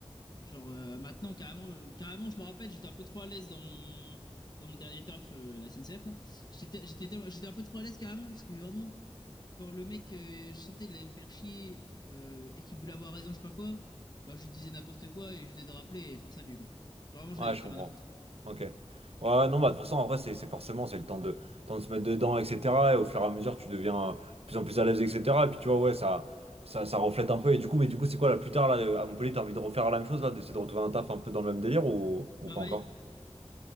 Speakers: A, on the left (about 40°); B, on the right (about 70°).
A: Genre euh, maintenant carrément carrément, je me rappelle, j'étais un peu trop à l'aise dans mon dans mon dernier taf euh, à la SNCF là. J'étais j'étais tellement- j'étais un peu trop à l'aise carrément parce que vraiment quand le mec, euh, je sentais qu'il allait me faire chier euh, et qu'il voulait avoir raison, je sais pas quoi, bah je lui disais n'importe quoi et je lui disais de rappeler et force à lui, quoi. Genre, vraiment, j'avais
B: Ouais, je
A: plus
B: comprends.
A: rien à foutre.
B: Ok. Ouais, non, bah, de toute façon, en vrai, c'est c'est forcément, c'est le temps de, temps de se mettre dedans, etc. Et au fur et à mesure, tu deviens euh, de plus en plus à l'aise, etc. Et puis, tu vois, ouais, ça, ça, ça reflète un peu. Et du coup, mais du coup, c'est quoi, là, plus tard, là, euh, à Montpellier, t'as envie de refaire la même chose, là, d'essayer de retrouver un taf un peu dans le même délire ou, ou
A: Ah
B: pas
A: oui.
B: encore?